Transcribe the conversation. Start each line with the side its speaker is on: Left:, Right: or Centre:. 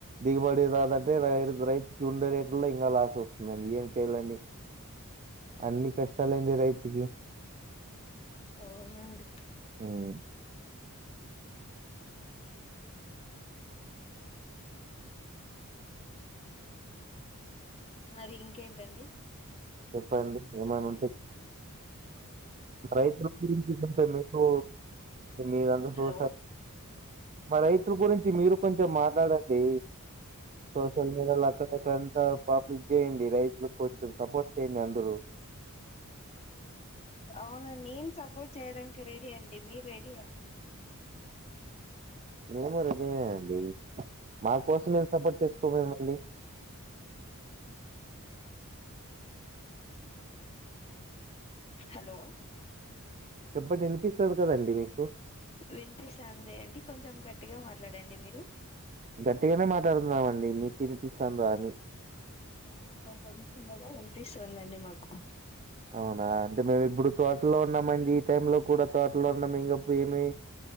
Right: దిగుబడిది రాదంటే రై రైతుకి ఉండే రేట్ల్లో ఇంకా లాస్ వస్తుందండి ఏం చెయాలండి అన్ని కష్టాలె అండి రైతుకి
Left: అవునండి
Right: హ్మ్.
Left: మరి ఇంకేంటండి
Right: చెప్పండి ఏమైన ఉంటే రైతుల గురించి కంటే మీకు మీరందరూ
Left: హలో
Right: చూసారు మ రై మీరు కొంచెం మాట్లాడండి సోషల్ మీడియాలో అక్కడక్కడంతా పాపు చేయండి రైతులకు కొంచం సపోర్ట్ చేయండి అందరూ
Left: అవును నేన్ సపోర్ట్ చేయడానికి రెడీ అండి మీర్ రెడీ అండి
Right: మేము రెడీనే అండి మా కోసం మేము సపోర్ట్ చేసుకోమేమండి
Left: హలో
Right: చెప్పండి వినిపిస్తది కదండి మీకు
Left: వినిపిస్తాంది అండి కొంచెం గట్టిగ మాట్లాడండి మీరు
Right: గట్టిగానే మాట్లాడుతున్నామండి మీకు వినిపిస్తాందా అని
Left: ఆ కొంచం చిన్నగా వినిపిస్తుందండి మాకు
Right: అవునా అంటే మేము ఇప్పుడు తోటలో ఉన్నామండి ఈ టై లో కూడా తోటలో ఉన్నాం ఇంకప్పుడు ఏమి